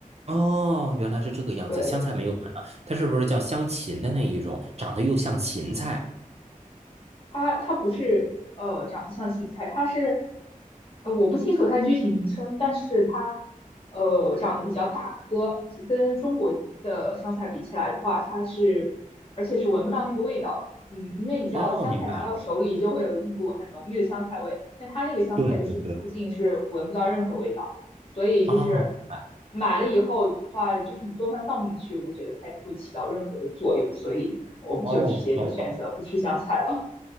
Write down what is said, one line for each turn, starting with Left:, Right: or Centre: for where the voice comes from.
Right: 哦，原来是这个样子。
Left: 对，
Right: 香菜没有看到，它是不是叫香芹的那一种？长得又像芹菜。
Left: 它它不是呃长得像芹菜，它是呃我不清楚它的具体名称，但是它呃长得比较大颗，跟中国的香菜比起来的话，它是而且是闻不到那个味道，嗯，因为你知道香菜拿到手里就会有一股很浓郁的香菜味，
Right: 哦，明白了。
Left: 但它那个香菜就是你凑近是闻不到任何味道，
Right: 对对对。
Left: 所以就是
Right: 哦，明白。
Left: 买了以后的话，就是你做饭放进去，我觉得它也不会起到任何的作用，所以我们就直接就选择不吃香菜了。
Right: 哦哦哦